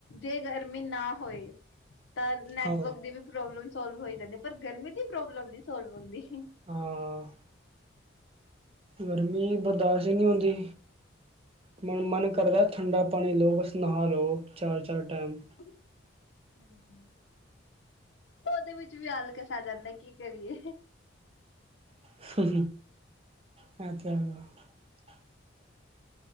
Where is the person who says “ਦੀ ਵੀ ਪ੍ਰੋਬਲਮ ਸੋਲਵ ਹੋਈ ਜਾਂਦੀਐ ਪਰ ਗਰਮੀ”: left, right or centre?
Left